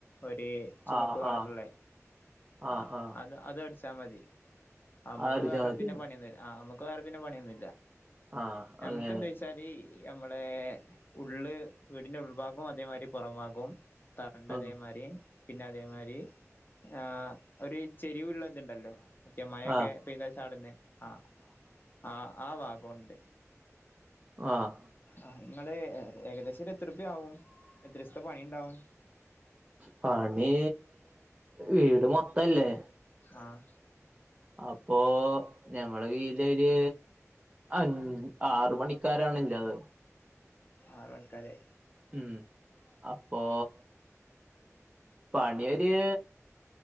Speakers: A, on the left; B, on the right.
A: ഒരു ചുമപ്പ്
B: ആഹ്
A: കളറുള്ളെ
B: ആഹ് ആഹ്
A: ആ
B: ആഹ്
A: അത് അത് അടിച്ചാ മതി ഞമ്മക്ക്
B: അത് അടിച്ചാ
A: വേറെ
B: മതി
A: പിന്നെ പണിയൊന്നുല്ല ആ നമ്മ ഇപ്പ ആർക് പിന്നെ പണിയൊന്നുമില്ല
B: ആഹ്
A: നമുക്ക്
B: അങ്ങനെ
A: എന്താ വെച്ചാല് ഈ അമ്മളെ ഉള്ള് വീടിന്റെ ഉൾഭാഗും അതേമാതിരി പുറംഭാഗും തറണ്ടതെമാരി
B: ആഹ്
A: പിന്നെ അതേമാരി ആഹ് ഒരു ചെരിവ് ഉള്ളതുണ്ടല്ലോ മറ്റേ മഴൊക്കെ
B: ആഹ്
A: പെയ്താ ചാടുന്ന ആഹ് ആഹ് ആഹ് ഭാഗോണ്ട്
B: ആഹ്
A: ആഹ് ഇങ്ങള് ഏകദേശം ഇതെത്ര റുപ്യ ആവും എത്ര സത്തെ പണി ഇണ്ടാവും
B: പണി വീട് മൊത്തല്ലേ
A: ആഹ
B: അപ്പോ ഞമ്മളെ കീഴിലൊര് അൻ ആറ് പണിക്കാരാണിള്ളത്
A: ആറ് മണിക്കാലെ
B: ഉം അപ്പോ പണിയൊര്